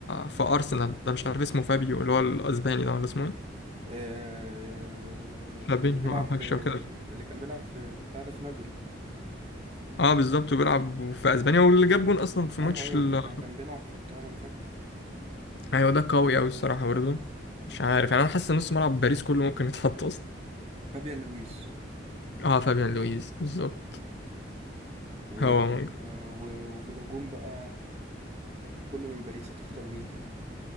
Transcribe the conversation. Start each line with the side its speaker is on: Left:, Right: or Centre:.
Left: في أرسنال ده مش عارف اسمه فابيو اللي هو الأسباني ده ولا اسمه ايه
Right: آه... اللي
Left: فابينho
Right: كان بيلعب
Left: أو حاجة
Right: في
Left: شبه كده
Right: اللي كان بيلعب في بتاع ده في نابولي
Left: اه بالظبط وبيلعب في أسبانيا واللي جاب جون أصلا في
Right: ايوه
Left: ماتش
Right: ايوه
Left: ال
Right: اللي كان كان بيلعب في بتاع ده انا فاكره
Left: أيوة ده قوي أوي الصراحة برضه مش عارف يعني أنا حاسس إن نص ملعب باريس كله ممكن يتحط أصلا
Right: فابيان رويز
Left: اه فابيان لويز بالظبط
Right: و...
Left: هو ممكن
Right: آه... و... وفي الهجوم بقى كله من باريس هتختار مين